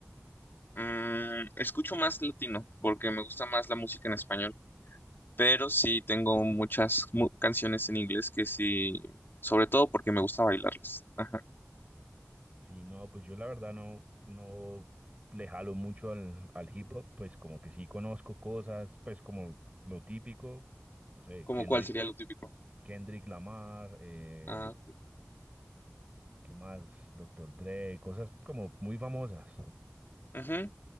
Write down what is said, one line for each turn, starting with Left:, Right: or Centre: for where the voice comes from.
Left: Mm, escucho más latino porque me gusta más la música en español. Pero sí tengo muchas mu- canciones en inglés que sí, sobre todo porque me gusta bailarlas. Ajá.
Right: Sí, no, pues yo la verdad no, no le jalo mucho al, al hip hop, pues como que sí conozco cosas, pues como lo típico, no sé,
Left: ¿Cómo
Right: Kendrick,
Left: cuál sería lo típico?
Right: Kendrick Lamar, eh,
Left: Ah, ok.
Right: ¿qué más? Doctor Dre, cosas como muy famosas.
Left: Ujú.